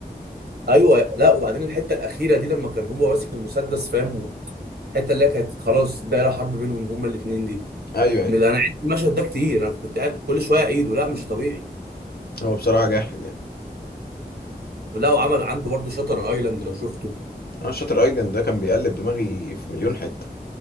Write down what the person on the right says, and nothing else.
ايوه لا وبعدين الحته الاخيره دي لما كان هو ماسك المسدس فاهم الحته اللي هي كانت خلاص دايره حرب بينهم هما الاثنين دي
من-
انا عدت المشهد ده كتير انا كنت قاعد كل شويه اعيده لا مش طبيعي
ولا وعمل عنده برضه شاتر ايلاند لو شفته